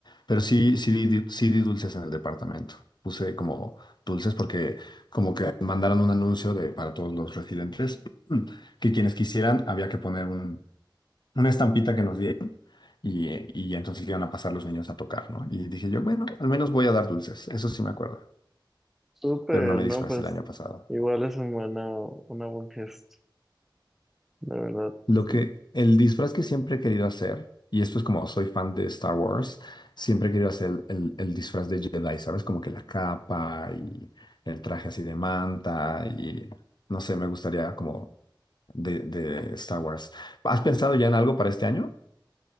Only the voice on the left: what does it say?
Pero sí, sí, di, di- sí di dulces en el departamento. Puse como dulces porque como que mandaron un anuncio de, para todos los residentes <clears throat> que quienes quisieran había que poner un, una estampita que nos diera y, eh, y ya entonces iban a pasar los niños a tocar, ¿no? Y dije yo, bueno, al menos voy a dar dulces, eso sí me acuerdo,
pero no me
disfracé
el año pasado.
Lo que,
el disfraz que siempre he querido hacer, y esto es como soy fan de Star Wars, siempre he querido hacer el, el- el disfraz de Jedi, ¿sabes? Como que la capa y el traje así de manta y no sé, me gustaría como de, de Star Wars. ¿Has pensado ya en algo para este año?